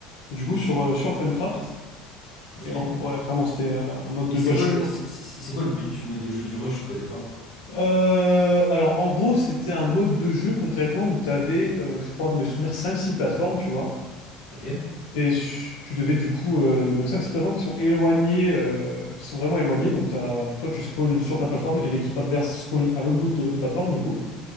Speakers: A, on the left; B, on the left.
A: Du coup, sur, euh, sur Funcraft.
B: Ok.
A: Et en,
B: Et
A: ouais, vraiment, c'était euh, un mode de
B: c'est
A: jeu. Bah,
B: quoi
A: je-
B: le,
A: je pense-
B: c'est c'est quoi le but du mode de jeu du rush? Je connais pas.
A: Euh, alors, en gros, c'était un mode de jeu concrètement où t'avais, euh, je crois, dans mes souvenirs, cinq six plateformes, tu vois.
B: Ok.
A: Et ch- tu devais, du coup, euh, donc cinq six plateformes qui sont éloignées, euh, qui sont vraiment éloignées. Donc, t'as- toi, tu spawns sur ta plateforme et l'équipe adverse spawn à l'autre bout de l'autre plateforme, du coup.